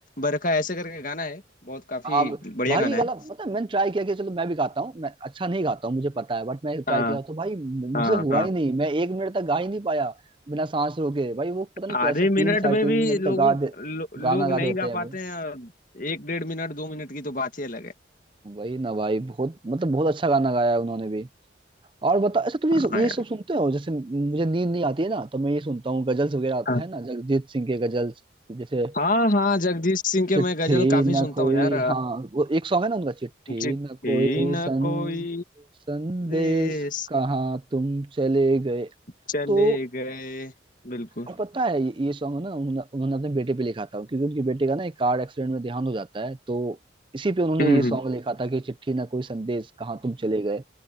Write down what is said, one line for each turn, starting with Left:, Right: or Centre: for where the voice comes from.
Left: बरखा ऐसे करके गाना है बहुत काफी
Right: आप
Left: बढ़िया
Right: भाई
Left: गाना
Right: ये गाना
Left: है
Right: पता है मैंने ट्राई किया कि चलो मैं भी गाता हूँ मैं अच्छा नहीं गाता हूँ मुझे पता है बट मैं ट्राई
Left: हाँ
Right: किया तो भाई मुझे
Left: हाँ
Right: हुआ
Left: हाँ
Right: ही नहीं मैं एक मिनट तक गा ही नहीं पाया बिना सांस रोके भाई वो पता नहीं
Left: आधे
Right: कैसे तीन
Left: मिनट
Right: साढ़े
Left: में
Right: तीन
Left: भी
Right: मिनट
Left: लोगों
Right: तक गा दे
Left: लो, लोग
Right: गाना गा
Left: नहीं
Right: देते
Left: गा
Right: हैं
Left: पाते
Right: वो
Left: हैं और एक डेढ़ मिनट दो मिनट की तो बात ही अलग है
Right: वही ना भाई बहुत मतलब बहुत अच्छा गाना गाया है उन्होंने भी और बता अच्छा तुम ये
Left: हाँ
Right: ये
Left: यार
Right: सब सुनते हो जैसे मुझे नींद नहीं आती है ना तो मैं ये सुनता हूँ गजल्स वगैरह
Left: हाँ
Right: है ना जगजीत सिंह के गजल्स जैसे
Left: हाँ हाँ, जगदीश सिंह के
Right: चिट्ठी
Left: मैं गजल काफी
Right: न
Left: सुनता
Right: कोई
Left: हूँ यार
Right: हाँ वो एक सॉन्ग है ना उनका चिट्ठी
Left: चिट्ठी
Right: न कोई
Left: न
Right: सन
Left: कोई
Right: संदेश
Left: देश
Right: कहाँ तुम चले गए
Left: चले
Right: तो
Left: गए बिल्कुल
Right: और पता है ये, ये सॉन्ग ना उन्होंने उन्होंने अपने बेटे पे लिखा था क्योंकि उनके बेटे का ना एक कार एक्सीडेंट में देहांत हो जाता है तो इसी पे उन्होंने
Left: हम्म
Right: ये सॉन्ग
Left: हम्म।
Right: लिखा था कि चिट्ठी न कोई संदेश कहाँ तुम चले गए